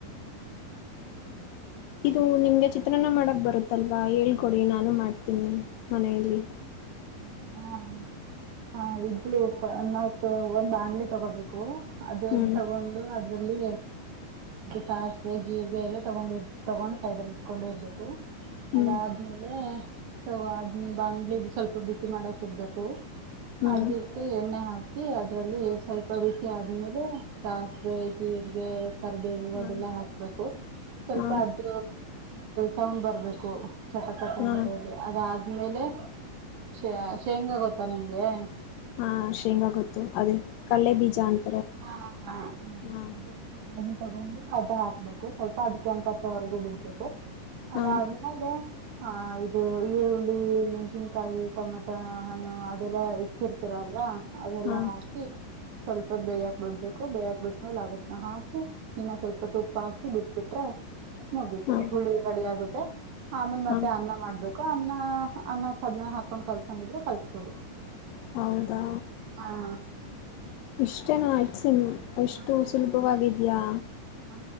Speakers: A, on the left; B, on the right.
A: ಇದು ನಿಮ್ಗೆ ಚಿತ್ರಾನ್ನ ಮಾಡಕ್ ಬರುತಲ್ವಾ ಹೇಳಿ ಕೊಡಿ ನಾನು ಮಾಡ್ತೀನಿ ಮನೇಯಲ್ಲಿ
B: ಹ್ಮ್ಮ್ ಹಾ ಹಾ ಇದು ಪ ನ ತಗೊಂಡ್ <unintelligible> ತಗೋಬೇಕು ಅದು
A: ಹ್ಮ್
B: ಅದನ್ ತಗೊಂಡು ಅದ್ರಲ್ಲಿ ಸಾಸ್ವೆ ಜಿರ್ಗೆ ಎಲ್ಲಾ ತಗೊಂ ತಗೊಂಡ್ ಸೈಡಲ್ ಇಟ್ಕೊಂಡು ಇರ್ಬೇಕು.
A: ಹ್ಮ್
B: ಅದ ಆದ್ಮೇಲೆ ಸೊ ಅದ್ ಬಾಡ್ಲಿ ಸ್ವಲ್ಪ ಬಿಸಿ ಮಾಡಕ್ ಇಡಬೇಕು
A: ಹ್ಮ್
B: ಅದಿಟ್ಟು ಎಣ್ಣೆ ಹಾಕಿ ಅದ್ರಲ್ಲಿ ಸ್ವಲ್ಪ ಬಿಸಿ ಆದ್ಮೇಲೆ ಸಾಸ್ವೆ ಜಿರ್ಗೆ ಕರ್ಬೆವು
A: ಹಾ
B: ಅದೆಲ್ಲ ಹಾಕ್ಬೇಕು ಸ್ವಲ್ಪ
A: ಹಾ
B: ಅದ ಸೌಂಡ್ ಬರ್ಬೇಕು ಚಟಪಟ
A: ಹಾ
B: ಅಂತ ಹೇಳಿ ಅದಾದ್ಮೇಲೆ. ಶ ಶೇಂಗಾ ಗೊತ್ತಾ ನಿಮ್ ಏ.
A: ಹಾ ಶೇಂಗಾ ಗೊತ್ತು ಅದೇ ಕಲ್ಲೆ ಬೀಜ <unintelligible>
B: ಹ ಹಾ
A: ಹಾ
B: ಅದನ್ ತಗೊಂಡು ಅದ ಹಾಕ್ಬೇಕು ಸ್ವಲ್ಪ ಅದ್ ಕೆಂಪತ್ತೋವರ್ಗೂ ಬಿಡ್ಬೇಕು. ಅದು
A: ಹಾ
B: ಆದ್ಮೇಲೆ ಆ ಇದು <unintelligible> ಮೆಣಸಿನಕಾಯಿ ಟಮಟ ಹಣ್ಣು ಅದೆಲ್ಲ ಹಚ್ಚಿರ್ತಿರಲ್ವ ಅದೆಲ್ಲಾ
A: ಹಾ
B: ಹಾಕಿ ಸ್ವಲ್ಪ ಬೇಯಕ್ ಬಿಡ್ಬೇಕು ಬೇಯ್ಯಾಾಕ್ ಬಿಟ್ಟ್ಮೇಲೆ ಅಣ ಹಾಕಿ ಇನ್ನ ಸ್ವಲ್ಪ ತುಪ್ಪ ಹಾಕಿ ಬಿಟ್ಬಿಟ್ರೆ ಮುಗಿತು
A: ಹಾ
B: ಹುಳಿ ರೆಡಿ ಆಗುತ್ತೆ ಆಮೇಲೆ ಮತ್ತೆ
A: ಹಾ
B: ಅನ್ನ ಮಾಡ್ಬೇಕು ಅ ನ್ನ ಅನ್ನ ಕದ್ನ ಹಾಕೊಂಡ್ ಕಲ್ಸಂಗಿದ್ರೆ ಕಲ್ಸ್ಬೋದು
A: ಹೌದಾ
B: ಹಾ
A: ಇಷ್ಟ ಐಟಮ್ ಅಷ್ಟು
B: ಹಾ
A: ಸುಲಭವಾಗಿದ್ಯಾ
B: ಹಾ